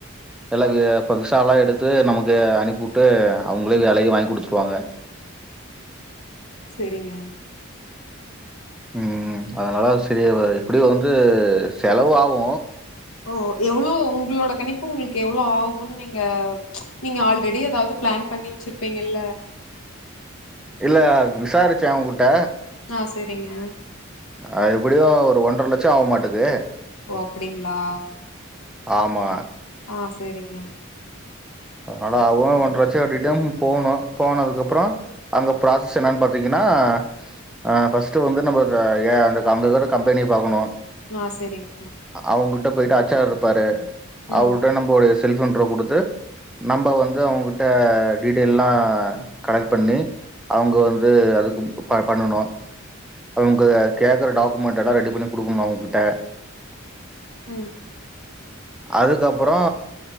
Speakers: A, in the centre; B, on the left (about 80°).
A: எல்லா வி இப்ப விசாலா எடுத்து நமக் வே அனுப்பியுட்டு அவுங்ளே வேலையூ வாங் குடுத்ருவாங்க
B: செரிங்க
A: ம் அதனால செரி ஆவாது எப்பிடியு வந்து செலவு ஆவு
B: ஓ எவ்வளோ உங்களோட கணிப்பு உங்களுக்கு எவ்வளோ ஆகுனு நீங்க ம்ச் நீங்க ஆல்ரெடி எதாவது பிளான் பண்ணி வெச்சிருப்பீங்க இல்ல
A: இல்ல விசாரிச்சே அவுங்க கிட்ட
B: ஆ சேரிங்க
A: ஆ எப்பிடியு ஒரு ஒன்றரை லட்சோ ஆவு மாட்டது
B: ஓ அப்படிங்களா
A: ஆமா
B: ஆ சேரிங்க
A: அதனால அவுகளு ஒன்ற லட்சோ ரிட்டன் போவணு போனதுக்கு அப்புறோ அங்க ப்ராசஸ் என்னான்னு பாத்தீங்கன்னா ஆ ஃபஸ்ட் வந்து நம்ம ஒரு ஏ அந்த அங்க கற கம்பெனிய பாக்கணு
B: ஆ செரிங்க
A: அவங்கிட்ட போயிட்டு அச் ஆர் இருப்பாரு
B: ம்
A: அவருரோட நம்ப ஒரு செல்ப் இன்றோ குடுத்து நம்ம வந்து அவங்ககிட்ட டீடெயல் எல்லா கலெக்ட் பண்ணி அவங்க வந்து அதுக்கு ப பண்ணணு அவுங்க கேக்குற டாக்குமெண்ட் எல்லா ரெடி பண்ணி குடுக்கணு அவங்க கிட்ட
B: உம்
A: அதுக்கப்புறோ